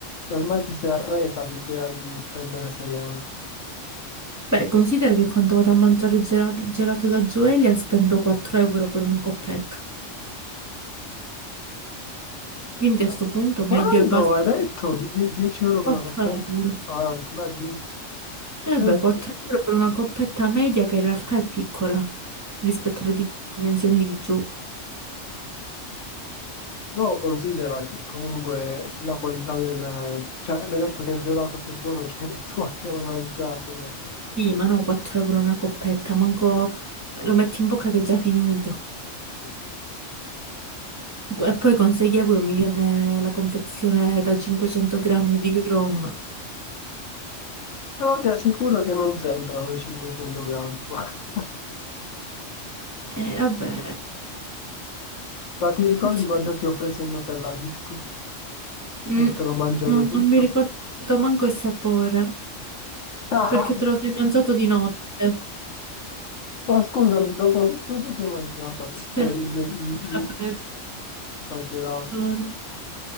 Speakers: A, on the left; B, on the right.
A: ormai ti sei arresa all'idea di spendere 6 euro.
B: Beh, considera che quando vado a mangiare il gela- gelato da Gioelia spendo 4 euro per una coppetta. Quindi
A: Eh.
B: a sto punto meglio
A: Quanto
B: è va
A: hai detto? Die- die- 10 euro per
B: 4
A: una coppetta?
B: euro.
A: Ah, mi sembra di...
B: Eh
A: eh,
B: beh,
A: vabbè.
B: 4 euro per una coppetta media che in realtà è piccola rispetto alle dimensioni di giù.
A: Però considera che comunque la qualità del... Cioè, mi hai detto che è il gelato più buono che <laughs> tu abbia mai mangiato. no?
B: Sì, ma no, 4 euro una coppetta, manco eh, lo metti in bocca che è già finito.
A: Mm.
B: E poi con 6 euro mi viene la confezione da 500 grammi di Grom.
A: Però ti assicuro che non sembrano 500 grammi. <laughs> Guarda,
B: E vabbè,
A: Ti ricordi
B: sì.
A: quando ti ho preso il Nutella Biscuits
B: Mm,
A: e te l'ho mangiato
B: non,
A: tutto?
B: non mi ricordo manco il sapore,
A: <laughs>
B: perché te lo sei mangiato di notte.
A: Ma scusami, dopo che tu ti sei mangiata tutta
B: Se
A: la
B: ne
A: libreria
B: per
A: esagerata,
B: persona.